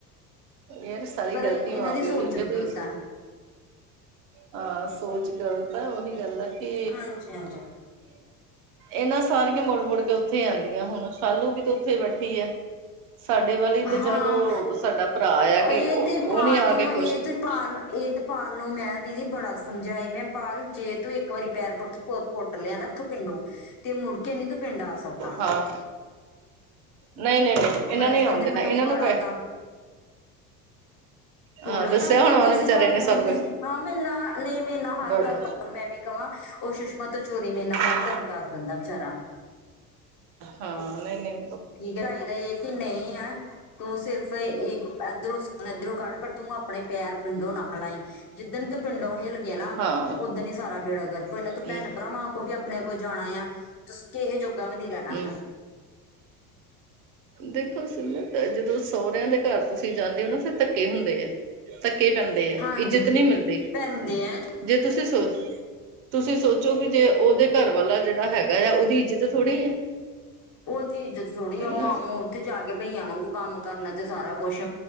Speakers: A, on the right; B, on the left.
A: ਏ ਤੇ ਸਾਰੀ
B: ਪਰ
A: ਗ਼ਲਤੀ
B: ਇਹਨਾਂ
A: ਮਾਂ-ਪਿਓ
B: ਸੋਚ
A: ਦੀ ਹੁੰਦੀ
B: ਗ਼ਲਤ
A: ਐ ਤੇ
B: ਆ
A: ਹਾਂ ਸੋਚ ਗਲਤ ਐ ਤਾਂ ਓਹੀ ਗੱਲ ਆ ਕੇ
B: ਹਾਂਜੀ ਹਾਂਜੀ
A: ਏ ਨਾ ਸਾਰੀਆਂ ਮੁੜ-ਮੁੜ ਕੇ ਓਥੇ ਈ ਆਂਦੀਆਂ ਹੁਨ ਸ਼ਾਲੂ ਵੀ ਤੇ ਓਥੇ ਈ ਬੈਠੀ ਐ। ਸਾਡੇ ਵਾਲੀ ਤੇ
B: ਹਾਂ
A: ਚਲੋ ਸਾਡਾ ਭਰਾ ਆ ਕੇ
B: ਇਹ ਤੇ ਪਾਲ
A: ਓ ਨੀ ਆ
B: ਨੂੰ
A: ਕੇ
B: ਇਹ
A: ਖੁਸ਼।
B: ਤੇ ਪਾਲ ਇਦਪਾਲ ਨੂੰ ਮੈਂ ਦੀਦੀ ਬੜਾ ਸਮਝਾਈ ਮੈਂ ਪਾਲ ਜੇ ਤੂੰ ਇੱਕ ਵਾਰੀ ਪੈਰ ਪੁੱਟ ਪੁੱਤ ਪੁੱਟ ਲਿਆ ਨਾ ਏਥੋਂ ਪਿੰਡੋਂ ਤੇ ਮੁੜ ਕੇ ਨੀ ਤੂੰ ਪਿੰਡ ਆ ਸਕਦਾ।
A: ਹਾਂ ਨਈਂ-ਨਈਂ-ਨਈਂ
B: ਉਹ
A: ਏਨਾਂ
B: ਬੜਾ
A: ਨੇ
B: ਕਹਿੰਦੇ
A: ਔਨ ਦੇਨਾ
B: ਮੈਨੂੰ
A: ਏਨਾਂ
B: ਬੜਾ
A: ਨੂੰ ਪੈ <inaudible>
B: ਤੰਗ ਥੋੜ੍ਹਾ
A: ਹਾਂ ਦੱਸਿਆ
B: ਤੰਗ
A: ਹੋਣਾ
B: ਕੀਤਾ
A: ਉਹਨੇ ਵਿਚਾਰੇ
B: ਸੀ ਪਾਲ
A: ਨੇ
B: ਨੂੰ
A: ਸਭ
B: ਏਨੇ
A: ਕੁਛ
B: ਹਾਂ ਮੇਰੇ ਨਾਲ ਨਈਂ ਮੇਰੇ ਨਾਲ ਹਰ
A: ਬੜਾ
B: ਗੱਲ ਗੱਲ ਮੈਂ ਵੀ ਕਵਾਂ ਓ ਸੁਸ਼ਮਾ ਤੋਂ ਚੋਰੀ ਮੇਰੇ ਨਾਲ
A: ਹਾਂ
B: ਹਰ ਗੱਲ ਕਰ ਦਿੰਦਾ ਵਿਚਾਰਾ
A: ਹਾਂ ਨਈਂ-ਨਈਂ।
B: ਠੀਕ ਏ ਚਈਦਾ ਏ ਕੇ ਨਈਂ ਐ ਤੂੰ ਸਿਰਫ ਏ ਐਦਰੋਂ ਸੁਨ ਐਦਰੋਂ ਕੱਢ ਪਰ ਤੂੰ ਆਪਨੇ ਪੈਰ ਪਿੰਡੋਂ ਨਾ ਹਲਾਈਂ। ਜਿੱਦਣ ਤੂੰ ਪਿੰਡੋਂ ਹਿੱਲ ਗਿਆ ਨਾ
A: ਹਾਂ
B: ਤੇ ਉਦਣ ਹੀ ਸਾਰਾ ਬੇੜਾ ਗਰਕ ਹੋਜਨਾ
A: ਹੂੰ
B: ਤੂੰ ਭੈਣ ਭਰਾਵਾਂ ਕੋ ਵੀ ਆਪਣੇ ਕੋ ਜਾਣਾ ਯਾ ਤੁਸੀਂ ਕਿਹੇ ਜੋਗਾ ਵੀ ਨੀ ਰਹਿਣਾ
A: ਹੂੰ
B: ਹੈਗਾ
A: ਦੇਖੋ ਸਮਤ ਜਦੋਂ ਸੋਰਿਆਂ ਦੇ ਘਰ ਤੁਸੀਂ ਜਾਂਦੇ ਹੋ ਨਾ ਫਿਰ ਧੱਕੇ ਹੁੰਦੇ ਐ ਧੱਕੇ ਹੀ ਪੈਂਦੇ ਆ
B: ਹਾਂਜੀ
A: ਇੱਜਤ ਨਹੀਂ ਮਿਲਦੀ
B: ਪੈਂਦੇ ਆ
A: ਜੇ ਤੁਸੀਂ ਸੋਸ ਤੁਸੀਂ ਸੋਚੋ ਕਿ ਜੇ ਉਹਦੇ ਘਰ ਵਾਲਾ ਜਿਹੜਾ ਹੈਗਾ ਆ ਉਹਦੀ ਇੱਜਤ ਥੋੜ੍ਹੀ ਹੈ
B: ਉਹਦੀ ਇਜ਼ਤ ਥੋੜੀ
A: ਹਨਾ
B: ਉਹ ਆਂਊ ਉੱਥੇ ਜਾ ਕੇ ਭਈਆਂ ਵਾਂਗੂ ਕੰਮ ਕਰਨਾ ਤੇ ਸਾਰਾ ਕੁੱਛ